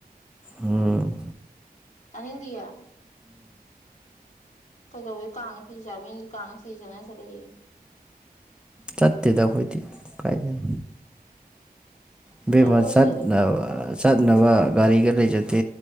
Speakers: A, in the centre; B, on the left.
A: ꯑꯝ
B: ꯆꯥꯅꯤꯡꯗꯤꯌꯦ ꯀꯩꯗꯧꯋꯦ ꯀꯥꯡꯗ ꯈꯦꯆꯤ ꯆꯥꯅꯕ ꯃꯤꯅ ꯀꯥꯡꯗ ꯈꯦꯆꯤ ꯆꯥꯟꯅꯕ ꯆꯠꯂꯦꯌꯦ
A: ꯆꯠꯇꯦꯗ ꯑꯩꯈꯣꯏꯗꯤ ꯀꯥꯏꯗꯩꯅꯣ ꯏꯕꯦꯝꯃ
B: ꯆꯠꯂꯔꯣꯢꯁꯤ
A: ꯆꯠꯅꯕ
B: ꯑꯗꯨꯗꯤ
A: ꯆꯠꯅꯕ ꯒꯥꯔꯤꯒ ꯂꯩꯖꯗꯦ